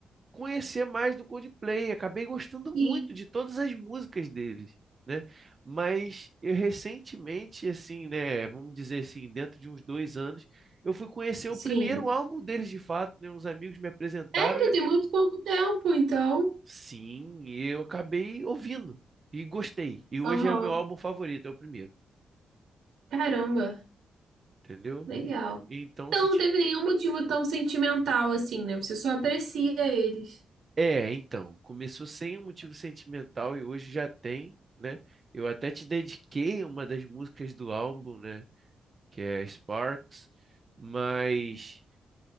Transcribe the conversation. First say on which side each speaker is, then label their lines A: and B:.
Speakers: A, on the right; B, on the right.
A: conhecer mais do Coldplay. Acabei gostando
B: Sim,
A: muito de todas as músicas deles, né? Mas eu recentemente, assim, né? Vamos dizer assim, dentro de uns dois anos, eu fui conhecer
B: sim.
A: o primeiro álbum deles de fato, né? Uns amigos me apresentaram
B: Sério,
A: e
B: tem muito pouco tempo, então.
A: sim, eu acabei ouvindo e gostei. E hoje
B: Aham.
A: é o meu álbum favorito, é o primeiro,
B: Caramba,
A: entendeu?
B: legal.
A: E- Então,
B: Então,
A: se
B: não teve nenhum motivo tão sentimental assim, né? Você só aprecia eles.
A: É, então, começou sem um motivo sentimental e hoje já tem, né? Eu até te dediquei uma das músicas do álbum, né? Que é Sparks, mas